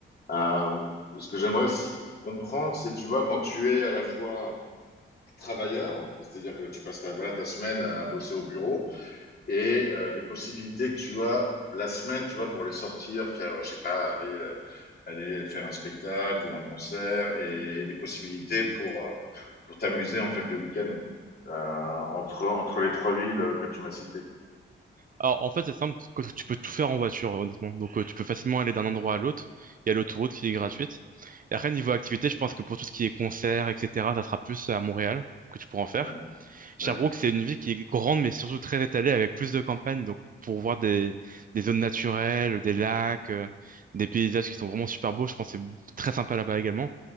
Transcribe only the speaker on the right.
Alors, en fait, c'est simple, parce que tu peux tout faire en voiture, honnêtement. Donc, euh, tu peux facilement aller d'un endroit à l'autre. Il y a l'autoroute qui est gratuite. Et après, niveau activité, je pense que pour tout ce qui est concert, etc., ça sera plus à Montréal que tu pourras en faire.
Sherbrooke,
c'est une ville qui est grande, mais surtout très étalée, avec plus de campagnes, donc pour voir des, des zones naturelles, des lacs, euh, des paysages qui sont vraiment super beaux, je pense que c'est très sympa là-bas également.